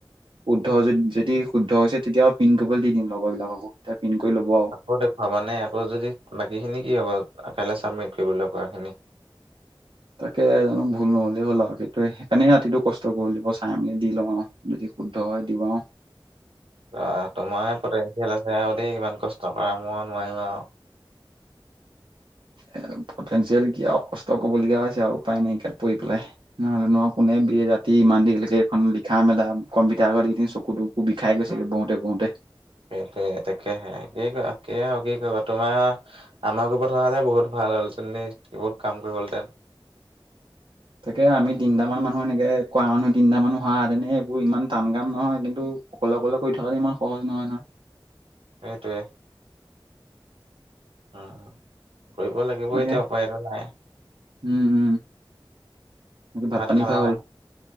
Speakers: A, on the right; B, on the right.
A: শুদ্ধ যদি যদি শুদ্ধ হৈছে তেতিয়া পিন কৰিবলৈ দি দিম লগৰ বিলাককো তাই পিন কৰি ল'ব আও।
B: আকৌ দেখুৱা মানে, আকৌ যদি বাকী খিনি কি হব কাইলে চাবমিট কৰিবলৈ কৰা খিনি।
A: তাকে জানো ভুল নহ'লেই হ'ল আৰু সেইটোৱেই সেইকাৰণেই ৰাতিটো কষ্ট কৰিলো, চাই মেলি দি লওঁ আওঁ। যদি শুদ্ধ হয় দিম আও
B: আঁহ তোমাৰ পটেনঞ্চিয়েল আছে আৰু দেই ইমান কষ্ট কৰা, মই নোৱাৰিম আও।
A: এ পটেনঞ্চিয়েল কি আও কষ্ট কৰিবলগীয়া হৈছে আৰু উপায় নাইকিয়াত পৰি পেলাই, নহলে নহ কোনে এ ৰাতি ইমান দেৰিলেকে এখন লিখা মেলা কম্পিটাৰ আগত ইদিন চকু তকু বিষাই গৈছে গে বওঁতে বওঁতে
B: সেইটোৱে তাকেহে একেইক তাকেই কি কৰিব, তোমাৰ? আমাৰ গ্ৰুপ হোৱা হলে বহুত ভাল হ'ল হেতেন দেই, বহুত কামটো কৰিব হল হেঁতেন।
A: তাকে আমি তিনটা মান মানুহ এনেকে কৰা মানুহ তিনিটা মান অহাহেতেনে, এইবোৰ একো ইমান টান কাম নহয় কিন্তু অকলে অকলে কৰি থকাটো ইমান সহজ নহয় নহয়।
B: সেইটোৱে। উম, কৰিব লাগিব
A: তাকে
B: এতিয়া উপায়টো নাই।
A: উম, উম। কি ভাত পানী
B: খালা
A: খোৱা
B: নাই
A: হ'ল,